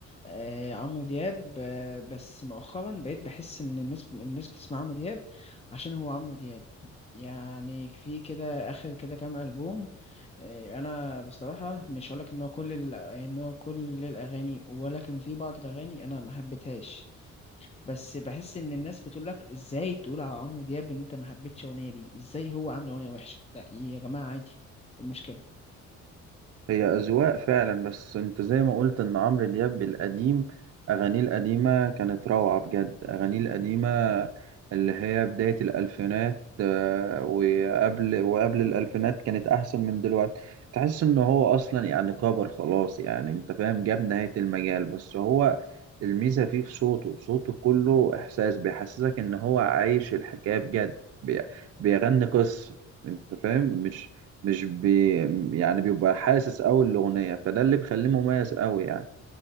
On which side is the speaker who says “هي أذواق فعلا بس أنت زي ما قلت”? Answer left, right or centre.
Right